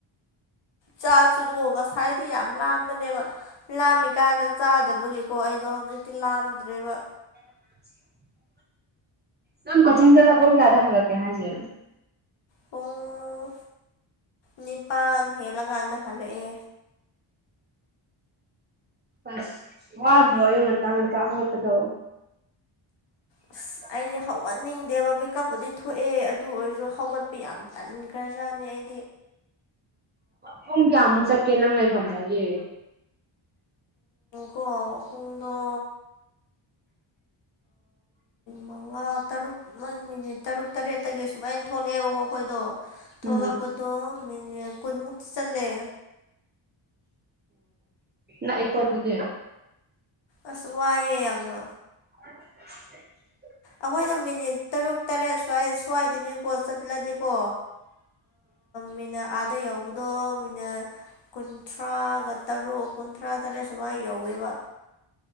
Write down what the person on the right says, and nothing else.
ꯄꯨ ꯅꯪ ꯀꯛꯆꯤꯡꯗ ꯂꯄ ꯀꯦꯗ ꯍꯜꯂꯛꯀꯦ ꯍꯥꯏꯁꯦ
ꯑꯁ ꯋꯥꯗ꯭ꯔꯣ ꯌ ꯃꯟꯇꯥ ꯃꯟꯇꯥ ꯍꯠꯇꯗ <unintelligible>
ꯄꯨꯡ ꯀꯌꯥꯃꯨꯛ ꯆꯠꯀꯦ ꯅꯪ ꯂꯩꯐꯝꯗꯌꯦ
ꯎꯝ
ꯑꯣ ꯀꯣꯗꯗꯤ
<unintelligible>